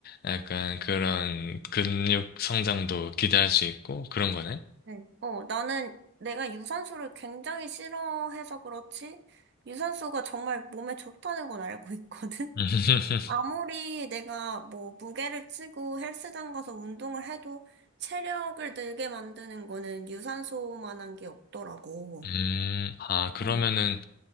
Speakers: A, on the left; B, on the right.
A: 약간 그런 근육 성장도 기대할 수 있고 그런 거네.
B: 네. 어, 나는 내가 유산소를 굉장히 싫어해서 그렇지, 유산소가 정말 몸에 좋다는 건 알고 있거든?
A: <laughs>
B: <laughs> 아무리 내가 뭐 무게를 치고 헬스장 가서 운동을 해도 체력을 늘게 만드는 거는 유산소만한 게 없더라고.
A: 음, 아, 그러면은
B: 어,